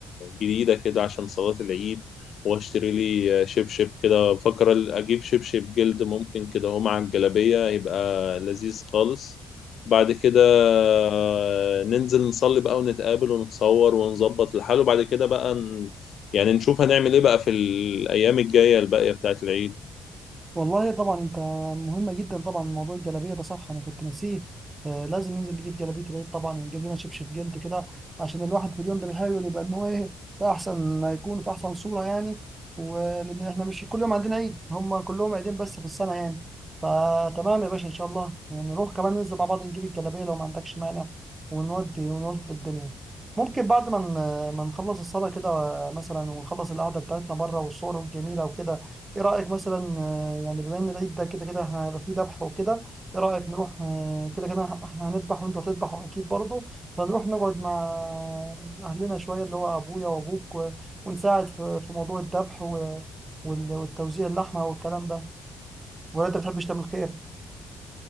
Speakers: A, on the left (about 65°); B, on the right (about 20°).
A: جديدة كده عشان صلاة العيد واشتري لي شبشب كده بفكر اجيب شبشب جلد ممكن كده هو مع الجلابية يبقى لذيذ خالص بعد كده آه، ننزل نصلي بقى ونتقابل ونتصور ونظبط الحال وبعد كده بقى ن- يعني نشوف هنعمل ايه بقى في الأيام الجاية الباقية بتاعت العيد
B: والله طبعا انت مهمة جدا طبعا موضوع الجلابية ده صح انا كنت ناسيه آه لازم ننزل نجيب جلابية العيد طبعا ونجيب لنا شبشب جلد كده عشان الواحد في اليوم ده بيحاول يبقى ان هو ايه في احسن ما يكون في احسن صورة يعني ولان احنا مش كل يوم عندنا عيد هم كلهم عيدين بس في السنة يعني فتمام يا باشا ان شاء الله نروح كمان ننزل مع بعض نجيب الجلابية لو ما عندكش مانع ونودي ونظبط الدنيا ممكن بعد ما ن- ما نخلص الصلاة كده مثلا ونخلص القعدة بتاعتنا بره والصور الجميلة وكده ايه رأيك مثلا آه، يعني بما ان العيد ده كده كده احنا هيبقى فيه ذبح وكده ايه رأيك نروح آه، كده كده احنا هنذبح وانتوا هتذبحوا اكيد برضه فنروح نقعد مع اهلنا شوية اللي هو ابويا وابوك و- ونساعد في في موضوع الذبح و- وال- والتوزيع اللحمة والكلام ده ولا انت بتحبش تعمل خير